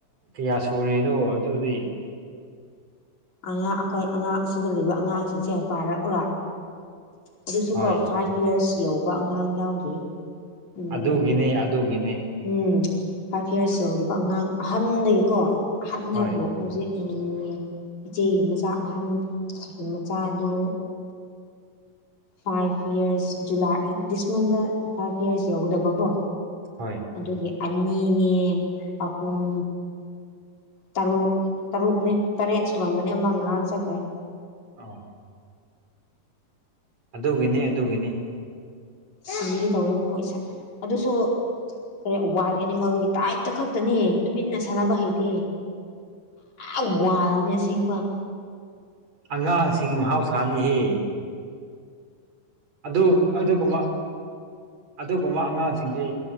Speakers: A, on the right; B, on the left.
A: ꯀꯌꯥ ꯁꯨꯔꯤꯅꯣ ꯑꯗꯨꯗꯤ
B: ꯑꯉꯥꯡ ꯑꯩꯈꯣꯏ ꯑꯉꯥꯡ ꯑꯁꯤꯗ ꯂꯩꯕ ꯑꯉꯥꯡꯁꯤꯡꯁꯦ ꯄꯥꯔꯛꯎ꯭ꯔꯥ ꯑꯗꯨꯁꯨ
A: ꯍꯣꯏ
B: ꯀꯣ ꯐꯥꯏꯚ ꯌꯔꯁ ꯌꯧꯕ ꯑꯉꯥꯡ ꯌꯥꯎꯗ꯭ꯔꯤ ꯎꯝ
A: ꯑꯗꯨꯒꯤꯅꯦ ꯑꯗꯨꯒꯤꯅꯦ
B: ꯎꯝ ꯐꯥꯏꯚ ꯌꯔꯁ ꯌ ꯑꯗꯨꯒ ꯑꯉꯥꯡ ꯑꯍꯟꯗꯒꯤꯀꯣ ꯑꯍꯟ
A: ꯍꯣꯏ
B: ꯍꯥꯏꯕꯨ ꯍꯧꯖꯤꯛ ꯎꯝ ꯏꯆꯦꯒꯤ ꯃꯆꯥ ꯑꯍꯟ ꯃꯆꯥꯗꯨ ꯐꯥꯏꯚ ꯌꯔꯁ ꯖꯨꯂꯥꯏ ꯗꯤꯁ ꯃꯟꯗ ꯐꯥꯏꯚ ꯌꯔꯁ ꯌꯎꯗꯕꯀꯣ
A: ꯍꯣꯏ
B: ꯑꯗꯨꯒꯤ ꯑꯅꯤꯅꯦ ꯑꯍꯨꯝ ꯇꯔꯨꯛ ꯇꯔꯨꯛꯅꯦ ꯇꯔꯦꯠ ꯁꯨꯔꯝꯕꯅꯦ ꯑꯃꯪ ꯉꯔꯥꯡ ꯆꯠꯈ꯭ꯔꯦ
A: ꯑ ꯑꯗꯨꯒꯤꯅꯤ ꯑꯗꯨꯒꯤꯅꯤ
B: ꯁꯤꯒꯤ ꯇꯧꯦꯔꯤꯕ ꯃꯣꯏꯁꯦ ꯑꯗꯨꯁꯨ ꯀꯩꯅ ꯋꯥꯏꯜ ꯑꯦꯅꯤꯃꯦꯜꯒꯤ ꯇꯥꯏꯞꯇ ꯈꯛꯇꯅꯤ ꯇꯨꯃꯤꯟꯅ ꯁꯥꯟꯅꯕ ꯍꯩꯇꯦ ꯑ ꯋꯥꯜꯅꯦ ꯑꯁꯦꯡꯕ
A: ꯑꯉꯥꯡꯁꯤꯡꯒꯤ ꯃꯍꯥꯎꯁꯥꯅꯤꯍ ꯑꯗꯨ ꯑꯗꯨ ꯀꯨꯝꯕ ꯑꯗꯨꯒꯨꯝꯕ ꯑꯉꯥꯡꯁꯤꯡꯁꯤ